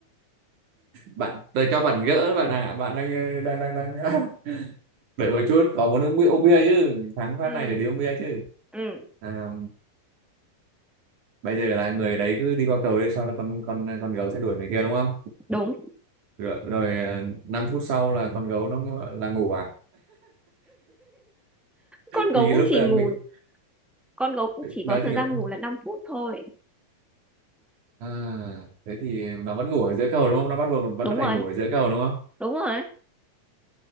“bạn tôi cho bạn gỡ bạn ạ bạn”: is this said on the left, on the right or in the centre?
Right